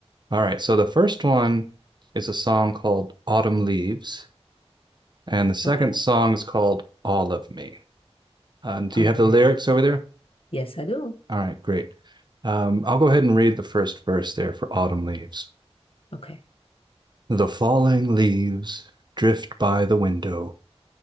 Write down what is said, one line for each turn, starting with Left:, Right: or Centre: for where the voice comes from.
Right: All right, so the first one is a song called Autumn Leaves, and the second
Left: Okay.
Right: song is called All of Me. Um, do
Left: All
Right: you have
Left: right.
Right: the lyrics over there?
Left: Yes, I do.
Right: All right, great. Um, I'll go ahead and read the first verse there for Autumn Leaves.
Left: Okay.
Right: The falling leaves drift by the window